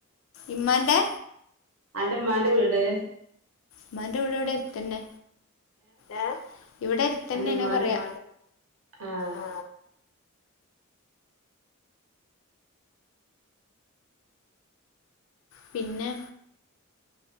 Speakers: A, on the left; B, on the right.
A: ഇമ്മാന്റെ
B: അന്റെമ്മാന്റെ വീട്
A: മ്മാന്റെ വീട് ഇവിടെ എര്ത്തന്നെ ഏഹ് ഇവിടെ ര് ത്തന്നെയന്ന്
B: അന്റെ ഇമ്മാന്റെ
A: പറയാ
B: ആഹ്
A: ആ പിന്നെ